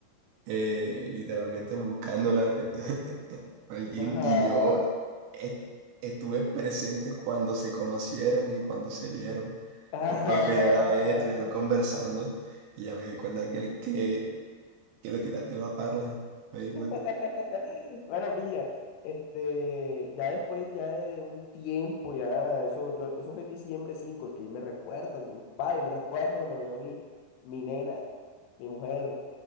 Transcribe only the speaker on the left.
Ajá,
claro.
<laughs> Bueno, pilla, este, ya después, ya de un tiempo, ya, eso, yo- eso fue en diciembre 5 es que yo me recuerdo con mi padre, yo me recuerdo cuando me vio mi, mi nena, mi mujer,